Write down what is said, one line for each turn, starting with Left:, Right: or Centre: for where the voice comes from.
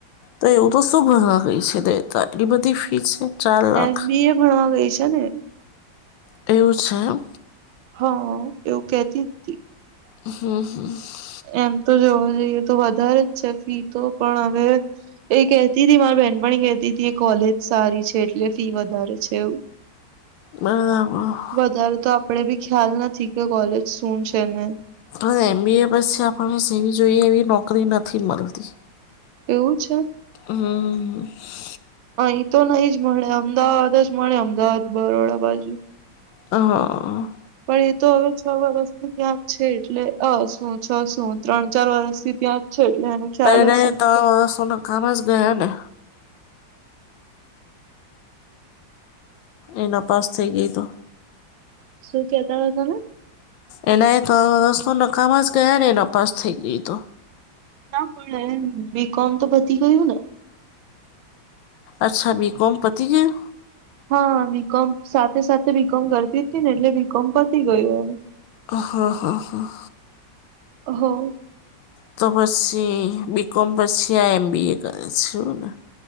Left: તો એવું તો શું ભળવા ગ‌ઇ છે તો આટલી બધી ફી છે. ચાર લાખ
Right: એમી બીએ ભણવા ગઈ છે ને.
Left: એવું છે એમ.
Right: હા એવું કેતી તી.
Left: હમ હમ.
Right: એમ તો જોવા જઈએ તો વધારે જ છે ફી તો પણ હવે એ કે. તી મારી બેહેનપાણી કેતી તી કોલેજ સારી છે એટલે ફી વધારે છે એવું.
Left: બરાબર.
Right: વધારે તો આપડે બી ખ્યાલ નથી કે કોલેજ શું છે ને.
Left: પણ એમ બી એ પછી આપણે સીવી જોઈએ એવી નોકરી નથી મળતી.
Right: એવું છે.
Left: હું હું હું.
Right: અઈ તો નઈ જ મળે અમદાવાદ જ મળે અમદાવાદ બરોડા બાજુ.
Left: અહ
Right: પણ એ તો હવે છ વરષથી ત્યાંક છે એટલે અ શું છ શું ત્રણ ચાર વરષથી ત્યાં. જ છે એટલે એને ખ્યાલ
Left: પેણે
Right: હશે
Left: તો સો નાકામ જ ગયા ને. એના પાસ થઈ ગઈ તો.
Right: શું કેતા તા તમે.
Left: એના એ તો સુ નકામાં જ ગયા ને, એ નપાસ થઈ ગઈ તો.
Right: ના પણ એ બી કોમ તો પતી ગયું ને.
Left: અચ્છા બી કોમ પતી ગયું.
Right: હા બીકોમ સાથે સાથે બીકોમ કરતી હતી ને એટલે બીકોમ પતી ગયું એનું.
Left: હા હા હા.
Right: હો.
Left: તો પછી બી કોમ પછી આ એમબી એ કરે છે એવું ને.